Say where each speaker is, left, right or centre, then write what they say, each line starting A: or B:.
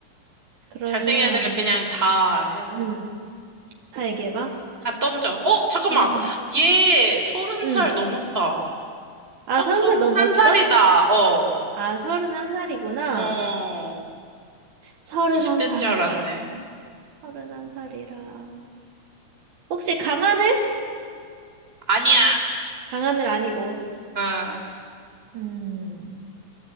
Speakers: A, on the right; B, on the right.
A: 그러면,
B: 잘생긴 애들 그냥 다 해봐.
A: 음, 다 얘기해봐.
B: 다 던져. 어, 잠깐만.
A: 음,
B: 얘 서른
A: 음.
B: 살 넘었다.
A: 아,
B: 딱
A: 서른
B: 서른
A: 살 넘었어?
B: 한 살이다. 어,
A: 아, 서른한 살이구나
B: 어.
A: 서른한
B: 20대인
A: 살이라
B: 줄 알았네.
A: 서른한 살이라 혹시 강하늘?
B: 아니야.
A: 강하늘 아니고.
B: 어,
A: 음.